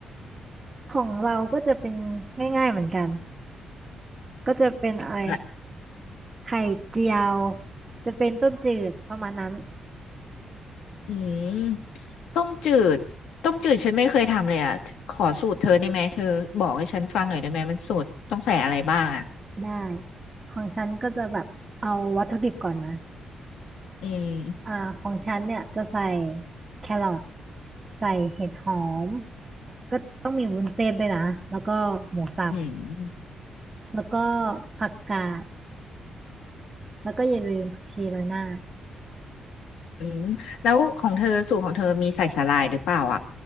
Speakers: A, on the right; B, on the left.
A: ของเราก็จะเป็นง่ายๆเหมือนกันก็จะเป็นอะไร
B: อะ
A: ไข่เจียวจะเป็นต้มจืดประมาณนั้น
B: อืมต้มจืดต้มจืดฉันไม่เคยทำเลยอ่ะขอสูตรเธอได้ไหมเธอบอกให้ฉันฟังหน่อยได้ไหมมันสูตรต้องใส่อะไรบ้างอ่ะ
A: ได้ของฉันก็จะแบบเอาวัตถุดิบก่อนนะ
B: อื
A: อ่าของฉันเนี่ยจะใส่
B: ม
A: แครอทใส่เห็ดหอมก็ต้องมีวุ้นเส้นด้วยนะแล้วก็หมูสับ
B: อืม
A: แล้วก็ผักกาดแล้วก็อย่าลืมผักชีโรยหน้า
B: อืมแล้วของเธอสูตรของเธอมีใส่สาหร่ายหรือเปล่าอ่ะ